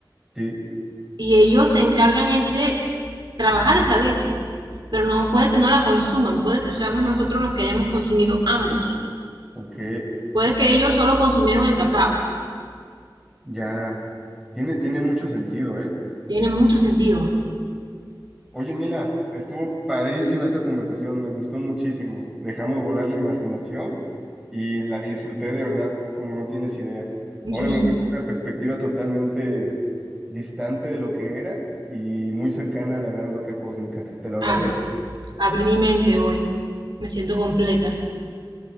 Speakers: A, in the centre; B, on the right (about 65°).
A: sí,
B: y ellos se encargan es de trabajar esa leche, pero no puede que no la consuman, puede que seamos nosotros los que hayamos consumido ambos,
A: ok,
B: puede que ellos solo consumieron el cacao,
A: ya, tiene, tiene mucho sentido, ¿eh?
B: tiene mucho sentido.
A: Oye, Mila, estuvo padrísima esta conversación, me gustó muchísimo. Dejamos volar la imaginación y la disfruté de verdad como no tienes idea.
B: Sí.
A: Ahora me voy con una perspectiva totalmente distante de lo que era y muy cercana a la gran vaca cósmica. Te lo agradezco.
B: Ah, abrí mi mente hoy, me siento completa.